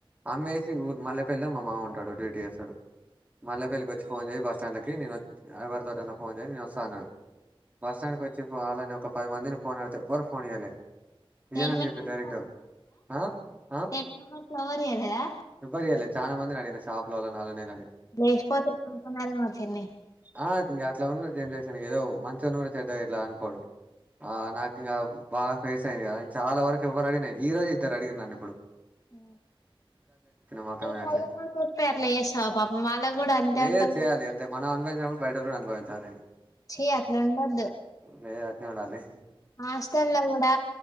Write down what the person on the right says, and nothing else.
అమ్మేషి ఇగ్ ఊరు మల్లెపేల్లిలా మామ ఉంటాడు డ్యూటీ యేస్తడు మల్లెపేల్లికి వచ్చి ఫోన్ చేయ్ బస్టాండ్లకెయి నేన్ వచ్ ఏవారితోటన్న ఫోన్ చేయ్ నేను వస్తా అన్నడు బస్ స్టాండ్కి వచ్చి పోవాలని ఒక పది మందిని ఫోన్ ఆడితే ఎవ్వరు ఫోన్ ఇయలే ఇయనని
చెప్పిరు డైరెక్ట్ ఆ ఆ
ఎవ్వరియ్యలే చానా మందినడిగిన షాప్లోల్ల నాల్లనీళ్ళని
ఆ ఇంగ అట్లవున్నది జనరేషన్ ఏదో మంచోన్ని గూడ చెడ్డగ ఇట్ల అనుకోవడం ఆ నాకిగా బాగ ఫేసయింది గదా చాలా వరకు ఎవ్వరడిగినా ఈ రోజు ఇద్దరు అడిగిరు నన్నిప్పుడు
మా అక్క
మీద అట్లనే
లేదు
చేయాలి అంతే మనం అనుభవించినప్పుడు బయటోళ్లు గూడ అనుభవించాలంతె
లేదు అట్నే ఉండాల్లె